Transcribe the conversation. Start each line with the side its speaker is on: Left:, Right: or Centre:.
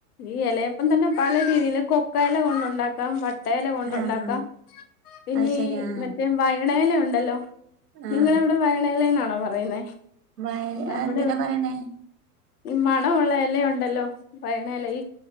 Left: ഈ ഇലയപ്പം തന്നെ പല രീതിയിൽ കൊക്ക ഇല കൊണ്ടുണ്ടാക്കാം ട്ടല കൊണ്ട
Right: ആഹ്
Left: ഉണ്ടാക്കാം പിന്നെ
Right: അത് ശരി
Left: ഈ
Right: ആഹ്
Left: മറ്റേ വയണല ഉണ്ട് ല്ലോ
Right: ആഹ്
Left: നിങ്ങള അവിടെ വയനലന്നാണോ പറയുന്നേ
Right: അത്
Left: നമ്മുടെ
Right: എന്തിനാ പറയണേ
Left: ഈ മണമുള്ള ഇല ഉണ്ടല്ലോ വയനല ഈ